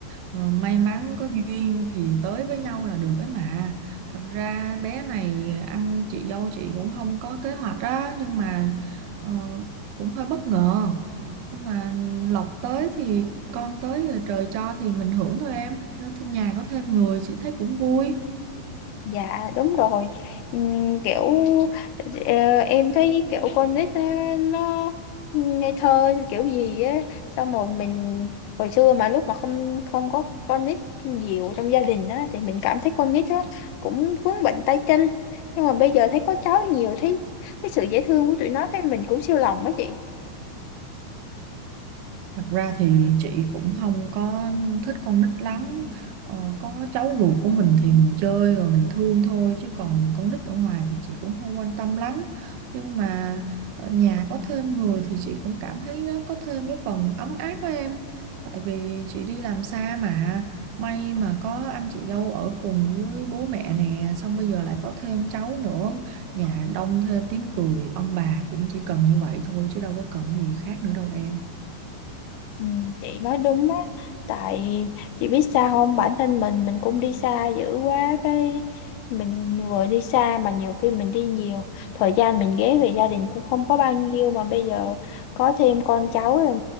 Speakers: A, on the right (about 85°); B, on the left (about 85°).
A: ờ, may mắn có duyên thì tới với nhau là được ấy mà thật ra bé này anh chị dâu chị cũng không có kế hoạch á nhưng mà ờ, cũng hơi bất ngờ nhưng mà lộc tới thì con tới rồi trời cho thì mình hưởng thôi em Nên nhà có thêm người chị thấy cũng vui
B: Dạ đúng rồi Ừm, kiểu ờ, em thấy kiểu con nít á, nó ngây thơ kiểu gì á xong rồi mình hồi xưa mà lúc mà không không có con nít nhiều trong gia đình á thì mình cảm thấy con nít á cũng vướng bệnh tay chân nhưng mà bây giờ thấy có cháu nhiều thấy cái sự dễ thương của tụi nó cái mình cũng siêu lòng á chị
A: Thật ra thì chị cũng không có thích con nít lắm. Ờ, có cháu ruột của mình thì mình chơi rồi mình thương thôi chứ còn con nít ở ngoài thì chị cũng không quan tâm lắm. Nhưng mà ở nhà có thêm người thì chị cũng cảm thấy nó có thêm cái phần ấm áp với em. Tại vì chị đi làm xa mà may mà có anh chị dâu ở cùng với bố mẹ nè, xong bây giờ lại có thêm cháu nữa, nhà đông thêm tiếng cười, ông bà cũng chỉ cần như vậy thôi chứ đâu có cần gì khác nữa đâu em.
B: Ừ, chị nói đúng á tại chị biết sao không bản thân mình mình cũng đi xa dữ quá cái mình vừa đi xa mà nhiều khi mình đi nhiều thời gian mình ghé về gia đình cũng không có bao nhiêu mà bây giờ có thêm con cháu rồi